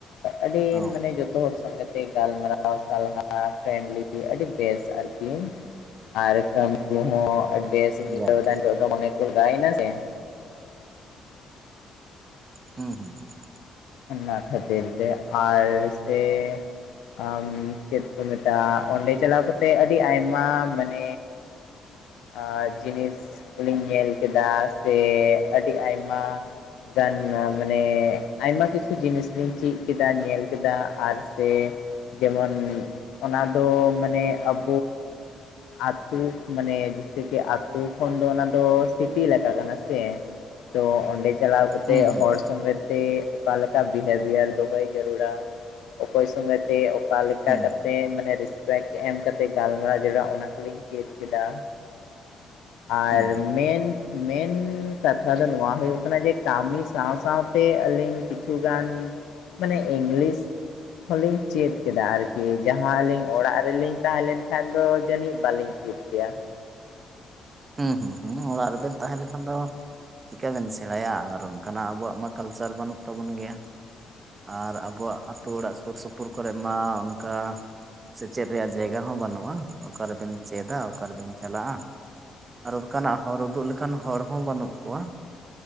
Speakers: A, on the left (about 80°); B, on the right (about 35°).
A: ᱟᱹᱰᱤ
B: ᱚ
A: ᱢᱟᱱᱮ ᱡᱷᱚᱛᱚ ᱦᱚᱲ ᱥᱟᱸᱜᱮᱛᱮ ᱜᱟᱞᱢᱟᱨᱟᱣ ᱥᱟᱞᱦᱟ ᱯᱷᱨᱮᱱᱰᱞᱤ ᱟᱹᱰᱤ ᱵᱮᱥ ᱟᱨᱠᱤ ᱟᱨ ᱠᱟᱹᱢᱤ ᱠᱚᱦᱚᱸ ᱵᱮᱥᱤᱧ ᱟ.
B: ᱡᱟᱠᱜᱮ
A: ᱭᱠᱟᱹᱣᱫᱟ ᱱᱤᱛᱚᱜ ᱱᱤᱛ ᱫᱚᱱᱮ ᱠᱚ ᱜᱟᱭᱱᱟ ᱥᱮ ᱾
B: ᱦᱩᱸ ᱦᱩᱸ ᱦᱩᱸ ᱾
A: ᱚᱱᱟ ᱠᱷᱟᱹᱛᱤᱨ ᱛᱮ ᱟᱨ ᱥᱮ ᱟ ᱪᱮᱫ ᱠᱚ ᱢᱮᱛᱟᱜᱼᱟ ᱾ ᱚᱸᱰᱮ ᱪᱟᱞᱟᱣ ᱠᱟᱛᱮᱜ ᱟᱹᱰᱤ ᱟᱭᱢᱟ ᱢᱟᱱᱮ ᱟᱨ ᱡᱤᱱᱤᱥ ᱠᱚᱞᱤᱧ ᱧᱮᱞ ᱠᱮᱫᱟ ᱥᱮ ᱟᱹᱰᱤ ᱟᱭᱢᱟ ᱜᱟᱱ ᱢᱟᱱᱮ ᱟᱭᱢᱟ ᱠᱤᱪᱷᱩ ᱡᱤᱱᱤᱥ ᱞᱤᱧ ᱪᱤᱫ ᱠᱮᱫᱟ ᱧᱮᱞ ᱠᱮᱫᱟ ᱟᱨ ᱥᱮ ᱡᱮᱢᱚᱱ ᱚᱱᱟ ᱫᱚ ᱢᱟᱱᱮ ᱟᱵᱚ ᱟᱛᱳ ᱢᱟᱱᱮ ᱡᱮᱭᱥᱮ ᱠᱤ ᱟᱹᱛᱩ ᱠᱷᱚᱱ ᱫᱚ ᱚᱱᱟ ᱫᱚ ᱥᱤᱴᱤ ᱮᱞᱟᱠᱟ ᱠᱟᱱᱟ ᱥᱮ ᱾ ᱛᱚ ᱚᱸᱰᱮ ᱪᱟᱞᱟᱣ ᱠᱟᱛᱮ
B: ᱦᱩᱸ ᱦᱩᱸ
A: ᱦᱚᱲ ᱥᱚᱸᱜᱮ ᱛᱮ ᱚᱠᱟᱞᱮᱠᱟ ᱵᱤᱦᱮᱵᱤᱭᱟᱨ ᱫᱚᱦᱚᱭ ᱡᱟᱹᱨᱩᱲᱟ᱾ ᱚᱠᱚᱭ ᱥᱚᱸᱜᱮᱛᱮ ᱚᱠᱟ ᱞᱮᱠᱟ
B: ᱦᱩᱸ
A: ᱠᱟᱛᱮ ᱢᱟᱱᱮ ᱨᱤᱥᱯᱮᱠᱴ ᱮᱢ ᱠᱟᱛᱮᱫ ᱜᱟᱞᱢᱟᱨᱟᱣ ᱡᱟᱲᱩᱨᱟ ᱚᱱᱟ ᱠᱚᱞᱤᱧ ᱪᱤᱫ ᱠᱮᱫᱟ᱾ ᱟᱨ
B: ᱦᱩᱸ
A: ᱢᱮᱱ ᱢᱮᱱ ᱠᱟᱛᱷᱟ ᱫᱚ ᱱᱚᱣᱟ ᱦᱩᱭᱩᱜ ᱠᱟᱱᱟ ᱡᱮ ᱠᱟᱹᱢᱤ ᱥᱟᱶ ᱥᱟᱶᱛᱮ ᱟᱹᱞᱤᱧ ᱠᱤᱪᱷᱩ ᱜᱟᱱ ᱢᱟᱱᱮ ᱤᱝᱞᱤᱥ ᱦᱚᱞᱤᱧ ᱪᱮᱫ ᱠᱮᱫᱟ ᱟᱨᱠᱤ ᱡᱟᱦᱟᱸ ᱟᱹᱞᱤᱧ ᱚᱲᱟᱜ ᱨᱮᱞᱤᱧ ᱛᱟᱦᱮᱸ ᱞᱮᱱᱠᱷᱟᱱ ᱫᱚ ᱡᱟᱹᱱᱤᱡ ᱵᱟᱞᱤᱧ ᱪᱮᱫ ᱠᱮᱭᱟ᱾
B: ᱦᱩᱸ ᱦᱩᱸ ᱦᱩᱸ ᱾ ᱚᱲᱟᱜ ᱨᱮᱵᱮᱱ ᱛᱟᱦᱮᱸ ᱞᱮᱠᱷᱟᱱ ᱫᱚ ᱪᱤᱠᱟᱹ ᱵᱮᱱ ᱥᱮᱬᱟᱭᱟ ᱟᱨ ᱚᱱᱠᱟᱱᱟᱜ ᱟᱵᱚᱣᱟᱜ ᱢᱟ ᱠᱟᱞᱪᱟᱨ ᱵᱟᱹᱱᱩᱜ ᱛᱟᱵᱚᱱ ᱜᱮᱭᱟ ᱟᱨ ᱟᱵᱚᱣᱟᱜ ᱟᱛᱳ ᱚᱲᱟᱜ ᱥᱩᱨ ᱥᱩᱯᱩᱨ ᱠᱚᱨᱮᱜ ᱢᱟ ᱚᱱᱠᱟ ᱥᱮᱪᱮᱫ ᱨᱮᱭᱟᱜ ᱡᱟᱭᱜᱟ ᱦᱚᱸ ᱵᱟᱹᱱᱩᱜᱼᱟ᱾ ᱚᱠᱟ ᱨᱮᱵᱮᱱ ᱪᱮᱫᱟ ᱚᱠᱟᱨᱮᱵᱮᱱ ᱪᱟᱞᱟᱜᱼᱟ ᱟᱨ ᱚᱱᱠᱟᱱᱟᱜ ᱦᱚᱨ ᱩᱫᱩᱜ ᱞᱮᱠᱟᱱ ᱦᱚᱲ ᱦᱚᱸ ᱵᱟᱹᱱᱩᱜ ᱠᱚᱣᱟ